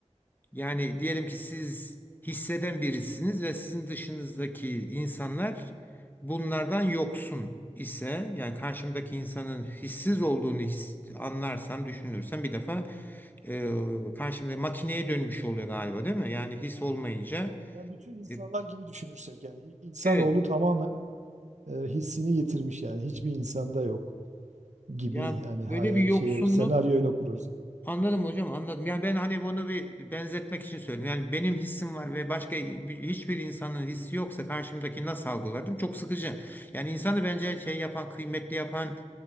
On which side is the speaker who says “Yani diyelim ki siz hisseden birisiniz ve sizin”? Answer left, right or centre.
Left